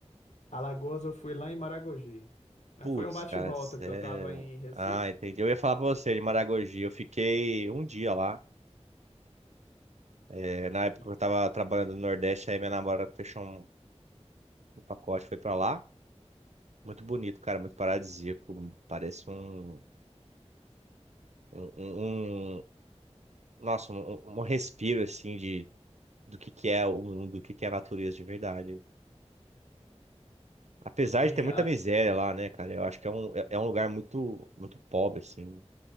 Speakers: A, on the left (about 90°); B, on the right (about 75°).
A: Alagoas eu fui lá em Maragogi. Mas
B: Putz,
A: foi um bate-volta
B: cara, sério.
A: que eu tava em Recife.
B: Ah, entendi. Eu ia falar pra você de Maragogi. Eu fiquei um dia lá. É, na época
A: E
B: eu tava trabalhando no Nordeste, aí minha namorada fechou um, um pacote, foi pra lá. Muito bonito, cara, muito paradisíaco. Parece um, um, um, um- nossa, um, um um respiro assim de do que que é o mundo, do que que é a natureza de verdade. Apesar
A: Tem
B: de ter muita miséria lá, né, cara? Eu acho que é um, é é um lugar muito, muito pobre, assim,